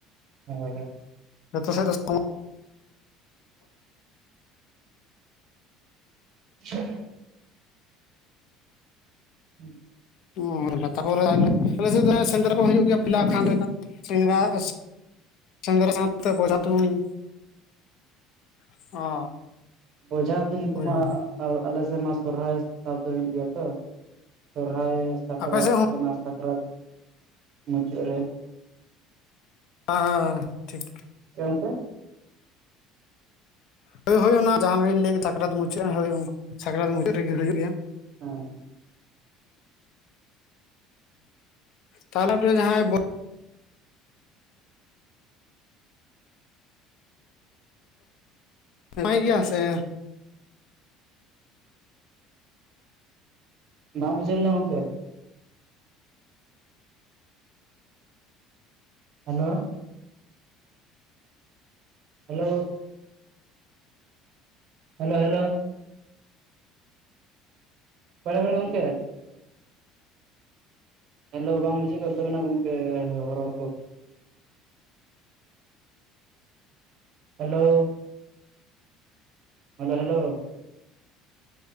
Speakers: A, on the right; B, on the left.
A: <inaudible> ᱦᱳ ᱦᱳ
B: ᱡᱚᱛᱚ ᱫᱚ ᱥᱚᱢᱚᱭ <unintelligible>
A: <unintelligible> ᱦᱩᱸ
B: ᱚ ᱞᱟᱛᱟᱨ ᱨᱮᱞᱮ ᱟᱞᱮᱥᱮᱫ <unintelligible> ᱥᱮᱸᱫᱽᱨᱟ ᱠᱚ ᱦᱩᱭᱩᱜ ᱜᱮᱭᱟ ᱯᱟᱞᱮ ᱠᱷᱟᱱ ᱨᱮᱫᱚ ᱥᱮᱸᱫᱽᱨᱟ <inaudible> ᱥᱮᱸᱫᱽᱨᱟ ᱥᱟᱶᱛᱮ ᱵᱚᱡᱷᱟ ᱛᱩᱢᱟᱹᱧ <inaudible> ᱚ
A: ᱵᱳᱡᱟ ᱛᱩᱧ ᱠᱚᱢᱟ
B: ᱦᱳᱭ ᱦᱳᱭ
A: ᱟᱨ ᱟᱞᱮᱥᱮᱫ ᱢᱟ ᱥᱚᱨᱚᱦᱟᱭ ᱥᱟᱵ ᱫᱚ ᱦᱩᱭᱩᱜ ᱜᱮᱭᱟ ᱛᱚ ᱥᱚᱨᱦᱟᱭ ᱥᱟᱠᱨᱟᱛ
B: ᱟᱯᱮ ᱥᱮᱫ ᱦᱚᱸ
A: ᱚᱱᱟ ᱥᱟᱠᱨᱟᱛ ᱢᱩᱪᱟᱹᱫ ᱨᱮ
B: ᱦᱮᱸ ᱦᱮᱸᱻ ᱴᱷᱤᱠ
A: ᱪᱮᱢ ᱠᱚ
B: ᱦᱳᱭ ᱦᱳᱭ ᱚᱱᱟ ᱡᱟᱦᱟᱸ ᱵᱤᱱ ᱞᱟᱹᱭ ᱥᱟᱠᱨᱟᱛ ᱢᱩᱪᱟᱹᱫ ᱦᱳᱭ ᱥᱟᱠᱨᱟᱛ ᱢᱩᱪᱟᱹᱫ ᱨᱮᱜᱮ ᱦᱩᱭᱩᱜ ᱜᱮᱭᱟ
A: <unintelligible>
B: ᱛᱟᱦᱞᱮ ᱟᱯᱮ ᱡᱟᱦᱟᱸᱭ ᱵᱩ ᱢᱮᱱᱟᱭ ᱜᱮᱭᱟ ᱥᱮ
A: ᱵᱟᱝ ᱵᱩᱡᱷᱟᱹᱣ ᱞᱮᱱᱟ ᱜᱚᱝᱠᱮ ᱦᱮᱞᱳ ᱦᱮᱞᱳ ᱦᱮᱞᱳ ᱦᱮᱞᱳ ᱚᱠᱟᱨᱮ <unintelligible> ᱜᱚᱢᱠᱮ ᱦᱮᱞᱳ ᱵᱟᱝ ᱵᱩᱡᱷᱩᱜ ᱠᱟᱱ ᱛᱟᱵᱤᱱᱟ ᱜᱚᱢᱠᱮ ᱦᱚᱲᱚᱲ ᱠᱚ ᱦᱮᱞᱳ ᱦᱮᱞᱳ ᱦᱮᱞᱳ